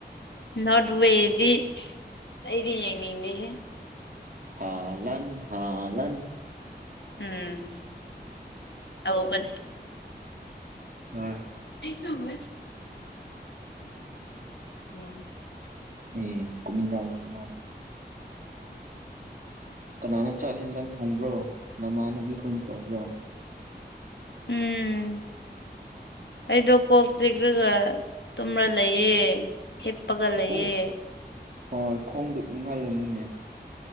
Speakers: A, on the left; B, on the right.
A: ꯅꯣꯠꯋꯦꯗꯤ ꯑꯩꯗꯤ ꯌꯦꯅꯤꯡꯗꯦꯍꯦ
B: ꯍꯂꯥꯟ ꯍꯂꯥꯟ <inaudible>
A: ꯎꯝ ꯇꯧꯕꯅꯦ
B: ꯍꯣꯏ
A: ꯑꯩ ꯁꯨꯝꯃꯦ <unintelligible>
B: ꯑꯩ ꯀꯨꯃꯤꯟꯅ ꯍꯨꯋꯥ ꯀꯅꯥꯅ ꯆꯥꯛ ꯌꯦꯟꯖꯥꯡ ꯊꯣꯡꯕ꯭ꯔꯣ ꯅꯃꯥꯟꯅꯕꯤ ꯈꯣꯏꯅ ꯇꯧꯕ꯭ꯔꯣ꯫
A: ꯎꯝ꯫ ꯑꯩꯗꯣ ꯀꯣꯛ ꯆꯦꯛꯂꯒ ꯇꯨꯝꯔꯥ ꯂꯩꯑꯦ ꯍꯤꯞꯄꯒ ꯂꯩꯑꯦ꯫
B: ꯈꯣꯡ ꯍꯣꯏ ꯈꯣꯡꯗꫭ ꯏꯪꯍꯜꯂꯨꯅꯨꯅꯦ꯫